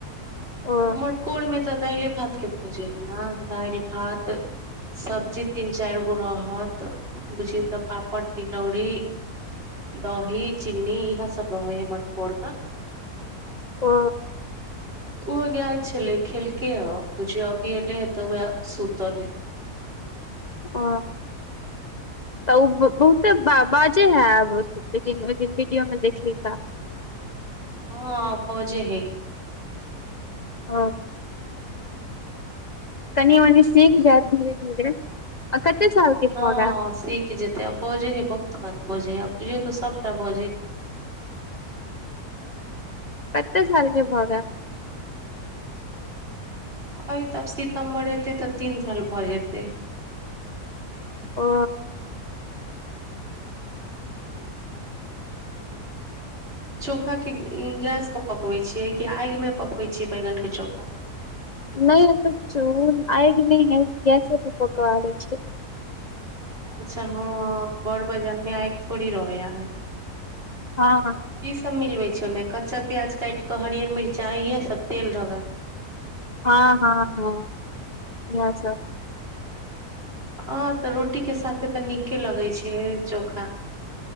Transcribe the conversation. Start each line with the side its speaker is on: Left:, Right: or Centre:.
Left: ओ
Right: मटकोर मे तऽ दाइले भात केँ भोज रहै नऽ दाइल भात सब्जी तीन चाइर गै रहत बुझियै तऽ पापड़ तिलौरी दही चीनी इहे सब रहैय मटकोर क
Left: ओ
Right: ओ गएल छलैय खेलकै ह बुझीय अभी एलै ह त उएह सुतलय है
Left: अ त उ ब बहुते बा बाजे हैब लेकिन लेकिन वीडियो मे देखली त
Right: हँ बजैय हइ
Left: हँ कनि मनि सीख जेएत धीरे धीरे आ कत्ते साल के भऽ
Right: हँ
Left: गेल
Right: सीख जेतैय आब बजै हय बहुत बात बजैय आ बुझियौ त सबटा बात बजय है
Left: कत्ते सालके भ गेएल
Right: अइ तब सीतम्बर एतय तब तीन साल भ जेतैय
Left: ओ
Right: चोखा के उँ गैस प पकबय छियै कि आगि मे पकबय छियै बैगन के चोखा
Left: नै <unintelligible> आगि नै है गैसे प पका लै छियै
Right: अच्छा हँ बड़ <unintelligible> थोड़ी रहैहाय
Left: हँ
Right: की सब मिलबै छियै ओइमे कच्चा प्याज काटि कऽ हरियर मिरचाय ये सब तेल धक।
Left: हाॅं हाॅं हाॅं इहए सब।
Right: हँ त रोटी के साथे त नीके लगैय छैय चोखा